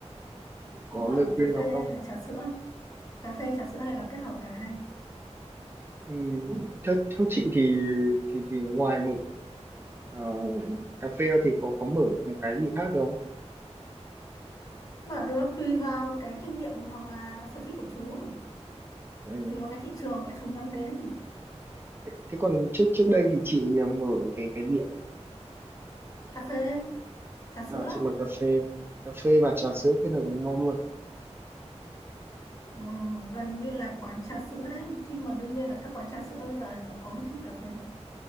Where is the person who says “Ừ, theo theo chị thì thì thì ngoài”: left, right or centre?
Right